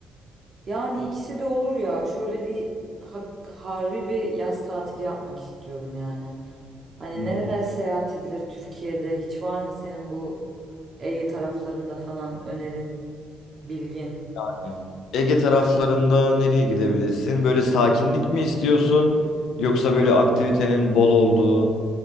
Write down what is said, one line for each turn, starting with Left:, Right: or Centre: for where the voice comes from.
Right: Yani ikisi de olur ya. Şöyle bir ha- harbi bir yaz tatili yapmak istiyorum yani. Hani
Left: Hmm.
Right: nereler seyahat edilir Türkiye'de? Hiç var mı senin bu Ege taraflarında falan önerin, bilgin?
Left: Yani Ege taraflarında nereye gidebilirsin? Böyle sakinlik mi istiyorsun? Yoksa böyle aktivitenin bol olduğu